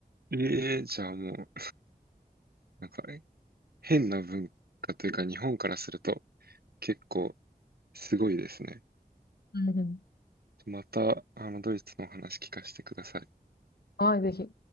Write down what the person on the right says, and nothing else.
ええ、じゃあもう、なんか、え変な文化というか、日本からすると結構すごいですね。
また、あの、ドイツのお話聞かせてください。